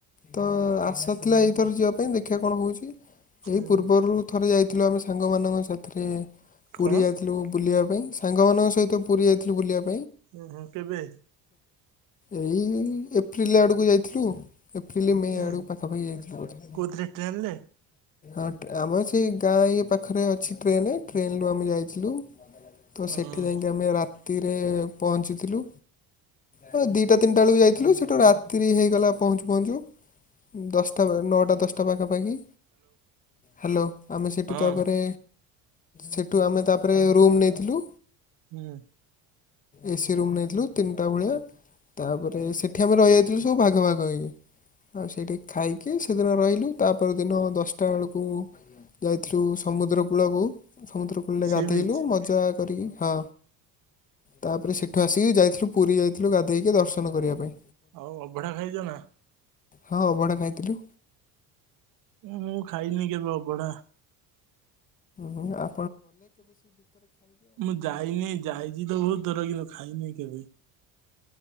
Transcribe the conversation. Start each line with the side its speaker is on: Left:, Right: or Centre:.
Left: ତ ଆସା ଥିଲା ଏଇଥର ଯିବା ପାଇଁ ଦେଖିବା କଣ ହଉଚି। ଏଇ
Right: ଉଁ
Left: ପୂର୍ବରୁ ଥରେ ଯାଇଥିଲୁ ଆମେ ସାଙ୍ଗମାନଙ୍କ ସାଥିରେ
Right: କଣ
Left: ପୁରୀ ଯାଇଥିଲୁ ବୁଲିବା ପାଇଁ ସାଙ୍ଗମାନଙ୍କ ସହିତ ପୁରୀ ଯାଇଥିଲୁ ବୁିଲିବା ପାଇଁ।
Right: ଓ ହୋଁ କେବେ?
Left: ଏଇ ଏପ୍ରିଲ ଆଡକୁ ଯାଇଥିଲୁ। ଏପ୍ରିଲ ମେ
Right: ଉଁ
Left: ଆଡୁ ପାଖା ପାଖି ଯାଇଥିଲୁ ବୋଧେ।
Right: କୋଉଥିରେ ଟ୍ରେନରେ
Left: ଆ ଆମର ସେଇ ଗାଁ ଇଏ ପାଖରେ ଅଛି ଟ୍ରେନ, ଟ୍ରେନ୍ରୁ ଆମେ ଯାଇଥିଲୁ। ତ ସେଠି
Right: ଉଁ ହ୍ୟାଲୋ
Left: ଯାଇକି ଆମେ ରାତିରେ ପହଞ୍ଚିଥିଲୁ ଅ ଦିଟା ତିନିଟା ବେଳକୁ ଯାଇଥିଲୁ ସେଇଟା ରାତିିରେ ହେଇଗଲା ପହଞ୍ଚୁ ପହଞ୍ଚୁ, ଦଶଟା ନଅଟା ଦଶଟା ପାଖାପା ପାଖି ହାଲୋ ଆମେ ସେଇଠୁ
Right: ହଁ
Left: ତାପରେ ସେଠୁ ଆମେ ତାପରେ ରୁମ ନେଇଥିଲୁ।
Right: ହୁଁ।
Left: ଏସିି ରୁମ୍ ନେଇଥିଲୁ ତିନିଟା ଭଳିଆ, ତାପରେ ସେଠି ଆମେ ରହିଯାଇଥିଲୁ ସବୁ ଭାଗ ଭାଗ ହେଇକି ଆଉ ସେଇଠି ଖାଇକି ସେଦିନ ରହିଲୁ ତାପର ଦିନ ଦଶଟା ବେଳକୁ ଯାଇଥିଲୁ ସମୁଦ୍ର କୂଳକୁ, ସମୁଦ୍ର କୂଳରେ
Right: ସି
Left: ଗାଧେଇଲୁ
Right: ବିଚ୍
Left: ମଜା କରିକି ହଁ ତାପରେ ସେଠୁ ଆସିକି ଯାଇଥିଲୁ ପୁରୀ ଯାଇଥିଲୁ ଗାଧେଇକି ଟିକେ ଦର୍ଶନ କରିବା ପାଇଁ।
Right: ଆଉ ଅଭଢା ଖାଇଚ ନା?
Left: ହଁ ଅଭଡ଼ା ଖାଇଥିଲୁ।
Right: ମୁଁ ଖାଇନି କେବେ ଅବଢା।
Left: ହୁଁ ଆ
Right: ମୁଁ ଯାଇନାଇ ଯାଇଚି ତ ବହୁତ ଥର କିନ୍ତୁ ଖାଇନାଇ କେବେ।